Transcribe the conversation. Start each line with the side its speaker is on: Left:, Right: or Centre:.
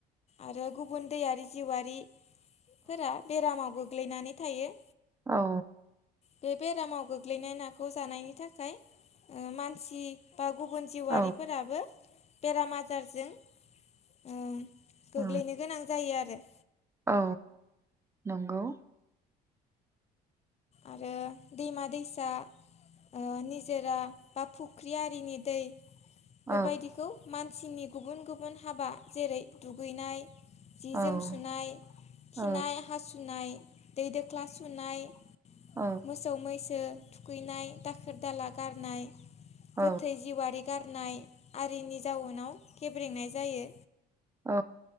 Left: आरो गुबुन दैयारि जिउआरिफोरा बेरामाव गोग्लैनानै थायो।
Right: औ।
Left: बे बेरामाव गोग्लैनाय नाखौ जानायनि थाखाय ओ मानसि बा गुबुन जिउआरिफोराबो
Right: औ
Left: बेराम आजारजों ओ गोग्लैनो
Right: औ
Left: गोनां जायो आरो
Right: औ नंगौ।
Left: आरो दैमा दैसा ओ निजोरा बा फुख्रि आरिनि दै
Right: औ
Left: बेबायदिखौ मानसिनि गुबुन गुबुन हाबा जेरै दुगैनाय जि
Right: औ
Left: जोम सुनाय
Right: औ
Left: खिनाय हासुनाय दै दोख्ला सुनाय
Right: औ
Left: मोसौ मैसो थुखैनाय दाखोर दाला गारनाय
Right: औ
Left: गोथै जिउआरि गारनाय आरिनि जाउनाव गेब्रेंनाय जायो।
Right: औ।